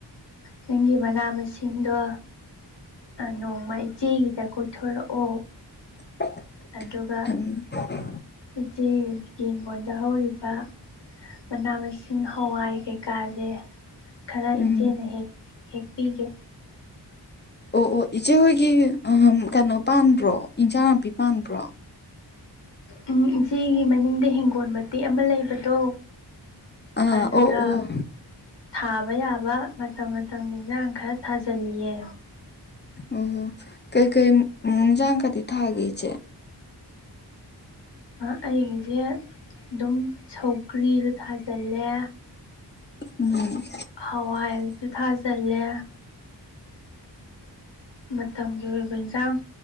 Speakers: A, on the left; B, on the left.
A: ꯅꯪꯒꯤ ꯃꯅꯥ ꯃꯁꯤꯡꯗꯣ ꯅꯣꯡꯃ ꯏꯆꯦꯒꯤꯗ ꯀꯣꯏꯊꯣꯔꯛꯑꯣ
B: <unintelligible>
A: ꯑꯗꯨꯒ ꯏꯆꯦꯒꯤ ꯍꯤꯡꯈꯣꯟꯗ ꯍꯧꯔꯤꯕ ꯃꯅꯥ ꯃꯁꯤꯡ ꯍꯋꯥꯏ ꯀꯩꯀꯥꯖꯦ ꯈꯔ
B: ꯎꯝ
A: ꯏꯆꯦꯅ ꯍꯦꯛ ꯍꯦꯛꯄꯤꯒꯦ
B: ꯑꯣ ꯑꯣ ꯏꯆꯦꯍꯣꯏꯒꯤ ꯀꯩꯅꯣ ꯄꯥꯟꯕ꯭ꯔꯣ ꯏꯟꯖꯥꯡ ꯅꯥꯄꯤ ꯄꯥꯟꯕ꯭ꯔꯣ
A: ꯎꯝ ꯏꯆꯦꯒꯤ ꯃꯅꯤꯡꯗ ꯍꯤꯡꯒꯣꯜ ꯃꯇꯦꯛ ꯑꯃ ꯂꯩꯕꯗꯣ
B: ꯑꯥ
A: ꯑꯗꯨꯗ
B: ꯑꯣ ꯑꯣ
A: ꯊꯥꯕ ꯌꯥꯕ ꯃꯇꯝ ꯃꯇꯝꯒꯤ ꯏꯟꯖꯥꯡ ꯈꯔ ꯊꯥꯖꯜꯂꯤꯌꯦ
B: ꯑꯣ ꯀꯩ ꯀꯩ ꯢꯖꯥꯡꯀꯗꯤ ꯊꯥꯒꯦ ꯢꯆꯦ
A: ꯑꯩꯒꯤꯁꯦ ꯑꯗꯨꯝ ꯁꯧꯒ꯭ꯔꯤꯁꯨ ꯊꯥꯖꯜꯂꯦ
B: ꯎꯝ
A: ꯍꯋꯥꯏꯁꯨ ꯊꯥꯖꯤꯜꯂꯦ ꯃꯇꯝꯒꯤ ꯑꯣꯏꯕ ꯏꯟꯁꯥꯡ